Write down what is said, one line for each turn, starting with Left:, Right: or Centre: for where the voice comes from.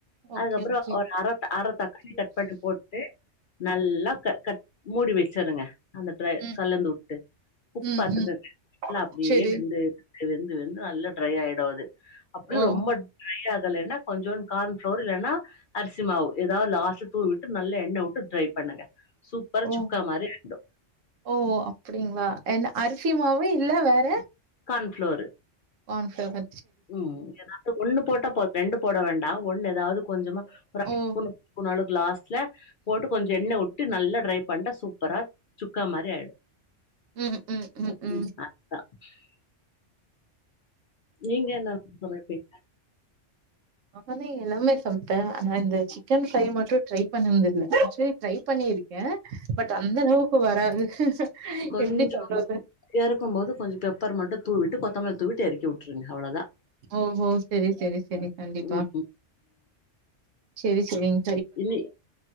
Right: ஓகே,
Left: அதுக்கப்றோ
Right: ஓகே.
Left: ஒரு அர அர தக்காளி கட் பண்ணிட் போட் டு நல்லா க கட் மூடி வச்சுருங்க அந்த ட்ர
Right: ம்,
Left: கலந்து வுட்டு உப்பு
Right: ம்,
Left: பாத்துகோங்க
Right: ம்.
Left: நல்லா அப்டியே
Right: சரி.
Left: வெந்து வெந்து வெந்து வெந்து நல்லா ட்ரை ஆயிடு அது அப்டியு
Right: ஓ,
Left: ரொம்ப ட்ரை ஆகலன்னா கொஞ்சோன்னு கான் ஃப்ளோர் இல்லன்னா அரிசி மாவு எதாவ் லாஸ்ட்ல தூவிட்டு நல்ல எண்ண வுட்டு ட்ரை பண்ணுங்க சூப் பர்
Right: ஓ,
Left: சுக்கா மாரி ஆயிடு
Right: ஓ அப்டிங்களா என்ன அரிசிமாவு இல்ல வேற
Left: கான்ஃப்ளோவ்ரு
Right: கான்ஃப்ளவர்
Left: ம் எதாவ்து ஒன்னு போட்டா போது ரெண்டு போட வேண்டா ஒன்னு எதாவ்து கொஞ்சமா ஒரு அர
Right: ஓ!
Left: ஸ்பூன் பூன் அளவுக்கு லாஸ்ட்ல போட்டு கொஞ்சொ எண்ணெ வுட்டு நல்லா ட்ரை பண்ட்டா சூப்பரா சுக்கா மாறியாயிடு
Right: ம், ம், ம்,
Left: <unintelligible>
Right: ம்.
Left: நீங்க என்னலா சமைப்பீங்க
Right: நானு எல்லாமே சமைப்பே ஆனா இந்த சிக்கன் ஃப்ரை மட்டு ட்ரை பண்ணுனதுல்ல ஆக்சுவலி ட்ரை பண்ணியிருக்கே பட் அந்த அளவுக்கு வராது
Left: கொஞ்சோ
Right: எப்டி சொல்றது?
Left: எறக்கும் போது கொஞ்சொ பெப்பர் மட்டு தூவுட்டு கொத்தமல்லி தூவிட்டு எறக்கி வுட்டுருங்க அவ்ளோதா
Right: ஓஹோ செரி செரி செரி கண்டிப்பா
Left: ம்
Right: செரி செரிங்
Left: இல்லை